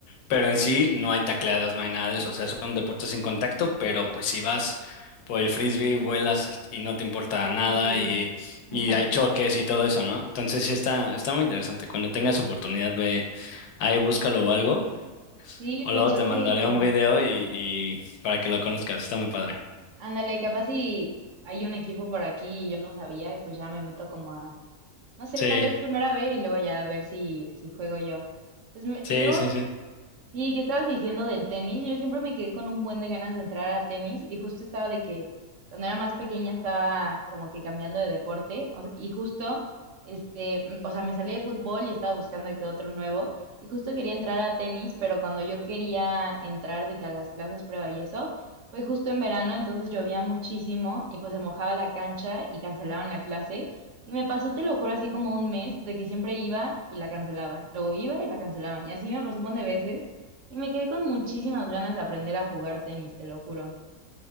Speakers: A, on the left; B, on the right.
A: Pero en sí no hay tacleadas, no hay nada de eso. O sea, son deportes sin contacto, pero pues si vas por el frisbee, vuelas y no te importa nada
B: Sí, sí.
A: y,
B: <laughs>
A: y hay choques y todo eso, ¿no? Entonces sí está, está muy interesante. Cuando tengas oportunidad, ve ahí, búscalo o algo.
B: Sí,
A: O
B: pues
A: luego
B: chance,
A: te mandaré
B: y-
A: un video y, y para que lo conozcas. Está muy padre.
B: ándale, capaz si hay un equipo por aquí y yo no sabía y pues ya me meto como a, no sé,
A: Sí,
B: tal vez primero a ver y luego ya a ver si, si juego yo. Pues me-
A: sí,
B: y luego
A: sí, sí.
B: Sí, que estabas diciendo del tenis. Yo siempre me quedé con un buen de ganas de entrar a tenis y justo estaba de que cuando era más pequeña estaba como que cambiando de deporte o sea, y justo, este, m- o sea, me salí de fútbol y estaba buscando de que otro nuevo y justo quería entrar a tenis, pero cuando yo quería entrar de que a las clases prueba y eso, fue justo en verano, entonces llovía muchísimo y pues se mojaba la cancha y cancelaron la clase. Y me pasó, te lo juro, así como un mes de que siempre iba y la cancelaban, luego iba y la cancelaban. Y así me pasó un montón de veces. Y me quedé con muchísimas ganas de aprender a jugar tenis, te lo juro.